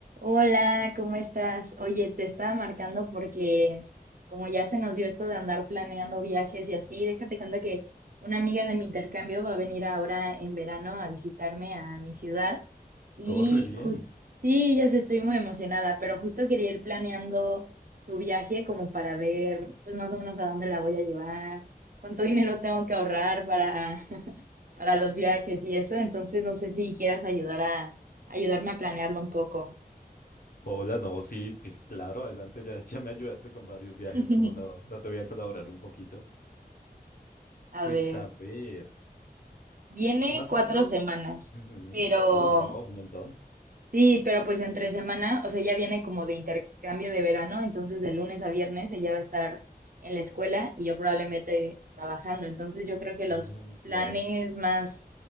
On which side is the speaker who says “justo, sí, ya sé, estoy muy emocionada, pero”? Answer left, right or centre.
Right